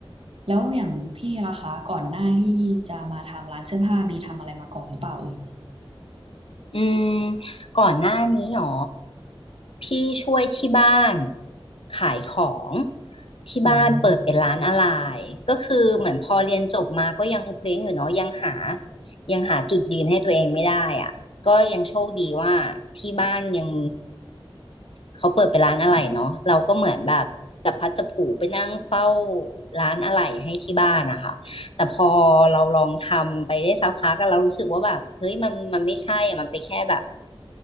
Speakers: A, on the right (about 75°); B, on the left (about 70°).
A: แล้วอย่างพี่ล่ะคะก่อนหน้าที่จะมาทำร้านเสื้อผ้ามีทำอะไรมาก่อนหรือเปล่าเอ่ย
B: อืมก่อนหน้านี้หรอพี่ช่วยที่บ้านขายของที่บ้านเปิดเป็นร้านอะไร
A: อืม
B: ก็คือเหมือนพอเรียนจบมาก็ยังเคว้งอยู่เนาะยังหายังหาจุดยืนให้ตัวเองไม่ได้อ่ะก็ยังโชคดีว่าที่บ้านยังเขาเปิดเป็นร้านอะไรเนาะเราก็เหมือนแบบจับพลัดจับผลูไปนั่งเฝ้าร้านอะไรให้ที่บ้านนะคะ แต่พอเราลองทำไปได้สักพักก็เรารู้สึกว่าแบบเฮ้ยมันมันไม่ใช่อะมันไปแค่แบบ